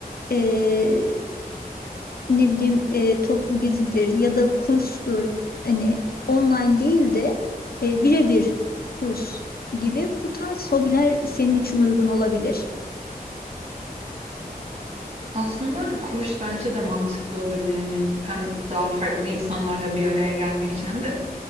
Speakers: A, on the left; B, on the right.
A: eee, ne bileyim eee, toplu gezidir ya da kurstur. Hani online değil de eee, birebir kurs gibi bu tarz hobiler senin için uygun olabilir.
B: Aslında kurs bence de mantıklı olabilir. Hani hem daha farklı insanlarla bir araya gelmek için hem de